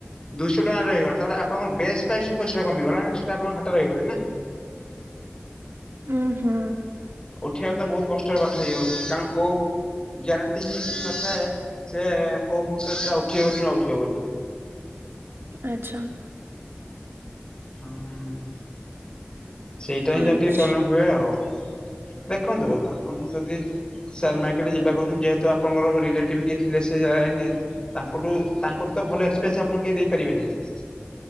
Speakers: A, on the left; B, on the right.
A: ଦୁଇଶହ ଟଙ୍କା ରହିଗଲା ତାହେଲେ ଆପଣଙ୍କ ବେଶ ପ୍ରାଇସ ପଇସାରୁ କମିଗଲାନା ସେଟା ଆପଣ ଘାଟା ରହିଗଲେ ନା।
B: ଉଁ ହୁଁ।
A: ଉଠିବା ତ ବହୁତ କଷ୍ଟରେ ପାଠ ହେଇଯାଉଛି କାରଣ କୋଉ ଗ୍ୟାରେଣ୍ଟି ହିଁ କିଛି ନଥାଏ ସେ କୋଉ ମୁହୂର୍ତ୍ତରେ ସେଟା ଉଠିବ କି ନ ଉଠିବ ବୋଲି।
B: ଆଚ୍ଛା।
A: ହୁଁ ସେଇଟା ହିଁ
B: ଆଚ୍ଛା
A: ଯ ଟିକେ ପ୍ରୋବ୍ଲେମ୍ ହୁଏ ଆଉ ଦେଖନ୍ତୁ ଆପଣ ଯଦି ସେୟାର ମାର୍କେଟରେ ଯିବାକୁ କହୁଛନ୍ତି ଯେହେତୁ ଆପଣଙ୍କର ରିଲେଟିଭ କିଏ ଥିଲେ ସେ ଲାଇନରେ। ତାଙ୍କଠୁ ତାଙ୍କର ତ ଭଲ ଏକ୍ସପିରିଏନ୍ସ ଆପଣ କେ ଦେଇପାରିବେ ନାହିଁ।